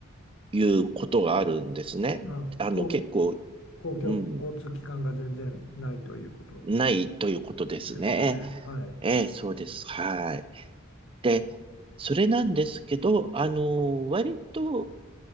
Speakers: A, on the right (about 25°); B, on the left (about 65°).
A: いうことがあるんですね。
B: え、あ、
A: あの、
B: こう
A: 結構、
B: 公共交通機関が全然ないということ
A: うん、ないということですね。
B: ですよね。はい。
A: ええ、そうです。はい。で、それなんですけど、あの、割と、